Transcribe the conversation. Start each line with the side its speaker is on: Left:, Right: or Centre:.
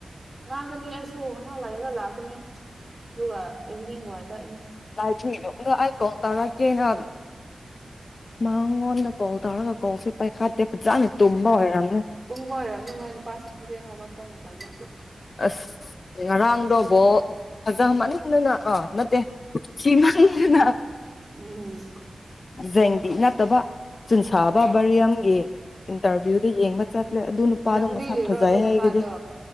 Right: ꯉꯥꯡꯒꯅꯤ ꯑꯩꯁꯨ ꯉꯍꯥꯛ ꯂꯩꯔꯒ ꯂꯥꯛꯀꯅꯤ ꯑꯗꯨꯒ ꯏꯚꯤꯅꯤꯡ ꯑꯗꯨꯋꯥꯏꯗ꯫
Left: <unintelligible> ꯑꯩ ꯀꯣꯜ ꯇꯧꯔꯛꯀꯦꯅ꯫ ꯃꯥꯉꯣꯟꯗ ꯀꯣꯜ ꯇꯧꯔꯒ ꯀꯣꯜꯁꯨ ꯄꯥꯏꯈꯠꯇꯦ ꯐꯖꯅ ꯇꯨꯝꯕ ꯑꯣꯏꯔꯝ
Right: ꯇꯨꯝꯕ ꯑꯣꯏꯔꯝꯅꯤ ꯃꯣꯏ ꯅꯨꯄꯥꯁꯤꯡ ꯍꯧꯖꯤꯛ ꯍꯧꯒꯠꯄ ꯃꯇꯝ ꯅꯇꯦ꯫
Left: <inaudible> ꯉꯔꯥꯡꯗꯣ ꯕꯣ ꯐꯖ ꯃꯟꯗꯅ ꯑꯣ ꯅꯠꯇꯦ ꯊꯤ ꯃꯟꯗꯅ꯫
Right: ꯎꯝ꯫
Left: ꯖꯦꯡꯗꯤ ꯅꯠ ꯇꯕ ꯆꯨꯟꯁꯥꯕ ꯕꯔꯤꯌꯝꯒꯤ ꯏꯟꯇꯔꯚꯤꯌꯨꯗ ꯌꯦꯡꯕ꯫ ꯆꯠꯂꯦ ꯑꯗꯨ ꯅꯨꯄꯥꯗꯣ
Right: ꯗꯝꯔꯤꯂꯤꯕꯨꯔꯣ
Left: ꯃꯁꯛ ꯐꯖꯩ
Right: ꯑꯗꯣ ꯅꯨꯄꯥꯗꯣ꯫
Left: ꯍꯥꯏꯒꯤꯗꯤ